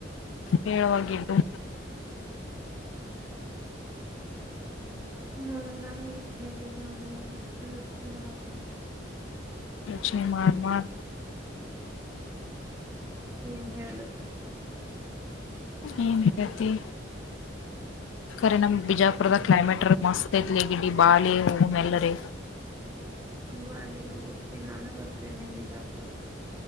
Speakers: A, on the left (about 85°); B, on the right (about 20°).
A: ಹೇಳುವಾಗಿದ್ದು
B: ನ ನಾ ಏನ್ ಹೇಳಿ ನಾನು ಯೋಚನೆ ಮಾಡಕಂತ್ದು
A: ಅಕ್ಷೆ ಮನ್ಮಾರ್
B: ಏನ್ ಹೇಳ್ಬೇಕಂತ
A: ಏನ್ ಹೇಳೇತಿ
B: <inaudible>
A: ರಿ ನಮ್ ಬಿಜಾಪುರದ ಕ್ಲೈಮೇಟ್ ಮಸ್ತ್ ಐತ್ಲಿ ಗಿಡಿ ಬಾಲಿ ಹೂಮ ಎಲ್ಲರಿ
B: ಬಾಲಿ ಗಂಗೋತ್ರಿ ನಾನ ಬರ್ತೇನೆ ನಿಮ್ ಬಿಜಾಪುರ ಕಾ